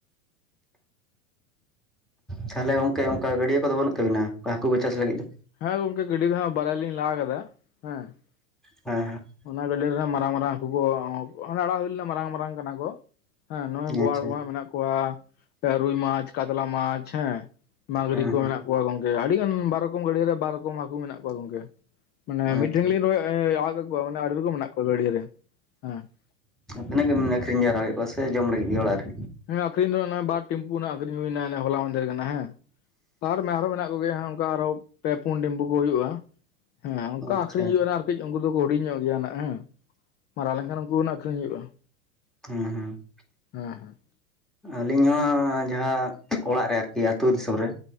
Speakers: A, in the centre; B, on the left.
A: ᱛᱟᱦᱚᱞᱮ ᱜᱚᱝᱠᱮ ᱚᱱᱠᱟ ᱜᱟᱹᱰᱭᱟᱹ ᱠᱚᱫᱚ ᱵᱟᱹᱱᱩᱜ ᱛᱟᱹᱵᱤᱱᱟ ᱦᱟᱹᱠᱩ ᱠᱚ ᱪᱟᱥ ᱞᱟᱹᱜᱤᱫ ᱫᱚ?
B: ᱦᱮᱸ, ᱜᱚᱝᱠᱮ ᱜᱟᱹᱰᱤᱭᱟᱹ ᱫᱚ ᱦᱟᱸᱜ ᱵᱟᱨᱭᱟ ᱞᱤᱧ ᱞᱟ ᱟᱠᱟᱫᱟ, ᱦᱮᱸ ᱾
A: ᱦᱮᱸ ᱦᱮᱸ ᱾
B: ᱚᱱᱟ ᱜᱟᱹᱰᱤᱭᱟᱹᱨᱮ ᱢᱟᱨᱟᱝ ᱢᱟᱨᱟᱝ ᱦᱟᱹᱠᱩ ᱠᱚ, ᱚᱱᱟ ᱟᱲᱟᱜ ᱦᱩᱭᱱᱟ ᱢᱟᱨᱟᱝ ᱢᱟᱨᱟᱝ ᱠᱟᱱᱟ ᱠᱚ ᱾ ᱦᱮᱸ, ᱱᱚᱜᱼᱚᱭ ᱵᱳᱣᱟᱲ
A: ᱟᱪᱪᱷᱟ
B: ᱦᱟᱸᱜ ᱢᱮᱱᱟᱜ ᱠᱚᱣᱟ, ᱨᱩᱭ ᱢᱟᱪᱷ, ᱠᱟᱛᱞᱟ ᱢᱟᱪᱷ ᱦᱮᱸ ᱾ ᱢᱤᱜᱽᱨᱤ
A: ᱦᱮᱸ
B: ᱠᱚ
A: ᱦᱮᱸ
B: ᱢᱮᱱᱟᱜ ᱠᱚᱣᱟ ᱜᱚᱝᱠᱮ, ᱟᱹᱰᱤ ᱜᱟᱱ ᱵᱟᱨ ᱨᱚᱠᱚᱢ ᱜᱟᱹᱰᱭᱟᱹ ᱨᱮ ᱵᱟᱨ ᱨᱚᱠᱚᱢ ᱦᱟᱹᱠᱩ ᱢᱮᱱᱟᱜ ᱠᱚᱣᱟ ᱜᱚᱝᱠᱮ ᱾ ᱢᱟᱱᱮ ᱢᱤᱫᱴᱷᱮᱱ
A: ᱟᱪᱪᱷᱟ
B: ᱞᱤᱧ ᱨᱚᱭ <inaudible> ᱟᱲᱟᱜ ᱠᱟᱜ ᱠᱚᱣᱟ ᱢᱟᱱᱮ ᱟᱹᱰᱤ ᱨᱚᱠᱚᱢ ᱢᱮᱱᱟᱜ ᱠᱚᱣᱟ ᱜᱟᱹᱰᱤᱭᱟᱨᱮ, ᱦᱮᱸ ᱾
A: ᱛᱤᱱᱟᱹᱜ ᱜᱮᱵᱤᱱ ᱟᱹᱠᱷᱨᱤᱧ ᱡᱟᱣᱨᱟ ᱠᱮᱫ ᱠᱚᱣᱟ ᱥᱮ ᱡᱚᱢ ᱞᱟᱹᱜᱤᱫ ᱜᱮ ᱚᱲᱟᱜ ᱨᱮ?
B: ᱦᱮᱸ, ᱟᱹᱠᱷᱨᱤᱧ ᱫᱚ ᱵᱟᱨ ᱴᱮᱢᱯᱩ ᱚᱱᱟ ᱜᱟ, ᱰᱭᱟᱹ ᱨᱮᱱᱟᱜ ᱟᱹᱠᱷᱨᱤᱧ ᱦᱩᱭᱮᱱᱟ ᱦᱚᱞᱟ ᱢᱟᱫᱷᱮᱨ ᱜᱮ ᱱᱟᱜ ᱦᱮᱸ, ᱟᱨ ᱦᱚᱸ ᱢᱮᱱᱟᱜ ᱠᱚ ᱜᱮᱭᱟ ᱾ ᱟᱨᱚ ᱯᱮ ᱯᱩᱱ ᱴᱮᱢᱯᱩ ᱠᱚ ᱦᱩᱭᱩᱜᱼᱟ, ᱦᱮᱸ ᱚᱱᱠᱟ
A: ᱟᱪᱪᱷᱟ
B: ᱟᱹᱠᱷᱨᱤᱧ ᱦᱩᱭᱩᱜᱼᱟ ᱱᱟᱜ ᱾ ᱠᱟᱹᱡ ᱩᱱᱠᱩ ᱫᱚᱠᱚ ᱦᱩᱰᱤᱧ ᱧᱚᱜ ᱜᱮᱭᱟ ᱱᱟᱜ ᱦᱮᱸ, ᱢᱟᱨᱟᱝ ᱞᱮᱱᱠᱷᱟᱱ ᱩᱱᱠᱩ ᱱᱟᱜ ᱟᱹᱠᱷᱨᱤᱧ ᱦᱩᱭᱩᱜᱼᱟ ᱾
A: ᱦᱩᱸ ᱦᱩᱸ ᱾
B: ᱦᱳᱭ ᱦᱮᱸ <unintelligible>
A: ᱟᱹᱞᱤᱧ ᱦᱚᱸ ᱡᱟᱦᱟᱸ ᱚᱲᱟᱜ ᱨᱮ ᱟᱨᱠᱤ ᱟᱹᱛᱩ ᱫᱤᱥᱚᱢ ᱨᱮ,